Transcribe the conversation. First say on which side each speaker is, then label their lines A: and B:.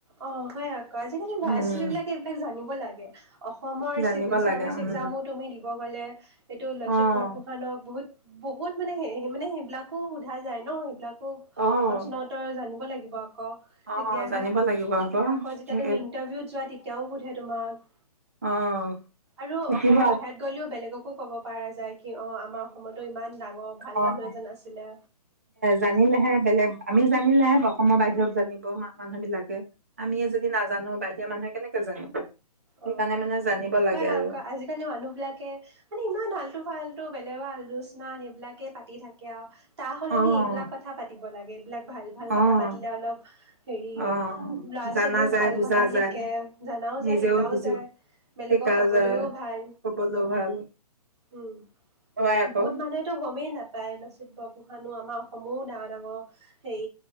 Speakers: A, on the right; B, on the right.
A: অ' হয় আকৌ! আজিকালি ল'ৰা-ছোৱালীবিলাকে
B: উম,
A: এইবিলাক জানিব লাগে। অসমৰ
B: জানিব
A: চিভিল চাৰ্ভিচ
B: লাগে উম
A: এক্সামো তুমি দিব গ'লে, এইটো লচিত
B: অ',
A: বৰফুকনক বহুত বহুত মানে সেই মানে, সেইবিলাকো সোধা যায় ন সেইবিলাক? খুব
B: অ',
A: প্ৰশ্ন উত্তৰ জানিব লাগিব। বহক ক'
B: অ',
A: তেতিয়াহে
B: জানিব লাগিব
A: আকৌ যেতিয়া তুমি
B: এই
A: ইন্টাৰভিউত যোৱা তেতিয়াও সোধে তোমাক
B: অহ,
A: আৰু
B: <unintelligible>
A: অসমৰ বাহিৰত গ'লেও বেলেগকো ক'ব পৰা যায় কি অ আমাৰ অসমতো ইমান ডাঙৰ ভাল
B: অহ
A: মানুহ এজন আছিলে
B: জানিলেহে বেলেগ আমিও জানিলেহে ব অসমৰ বাহিৰত
A: উম
B: জানিব মা -মানুহ বিলাকে আমিয়ে যদি নাজানো বাহিৰ সেই মানুহে কেনেকে জানিব সেইকাৰণে
A: অহ,
B: মানে জানিব লাগে
A: হয়
B: আৰু।
A: আক আজিকালি মানুহ বিলাকে মানে ইমান আালটো- ফাল‌ টো বেলেগৰ আলোচনা সেইবিলাকে পাতি থাকে আৱ তাহ হ'লনি
B: অ',
A: এইবিলাক কথা পাতিব পাতিব লাগে এই বিলাক ভাল ভাল
B: অ',
A: কথা পাতিলে অলপ হেৰি
B: অ',
A: ল'ৰা
B: জানা
A: ছোৱালীও
B: যায়
A: ভাল
B: বুজা
A: কথা শিকে
B: যায়
A: জানাও যায়
B: নিজেও
A: শিকি
B: বুজি
A: বেলেগক
B: শিকা
A: ক'বলৈ
B: যায়।
A: ও ভাল
B: কবলৈ ভাল
A: উম
B: হয় আকৌ
A: বহুত মানুহেতো গমেই নাপায় লচিত বৰফুকনো আমাৰ অসমৰো ডাঙৰ ডাঙৰ অ'হ সেই